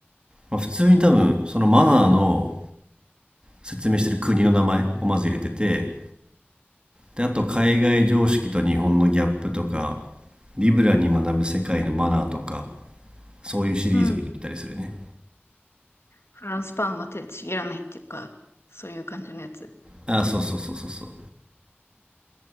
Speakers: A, on the right; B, on the left.
A: まあ、普通に多分そのマナーの説明してる国の名前をまず入れててであと海外常識と日本のギャップとかリブラに学ぶ世界のマナーとか
B: うん、
A: そういうシリーズを入れてたりするね
B: うん。フランスパンは手でちぎらないっていうか、そういう感じのやつ。
A: あそうそうそうそうそう